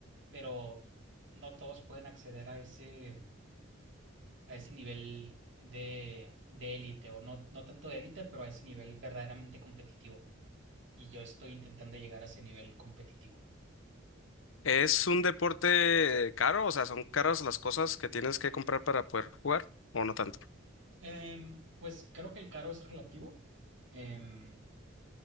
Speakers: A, on the right (about 65°); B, on the left (about 75°).
A: pero no todos pueden acceder a ese, a ese nivel de, de élite, o no, no tanto de élite, pero a ese nivel verdaderamente competitivo. Y yo estoy intentando llegar a ese nivel competitivo.
B: ¿Es un deporte caro? O sea, ¿son caras las cosas que tienes que comprar para poder jugar o no tanto?
A: Em, pues creo que el caro es relativo. Em,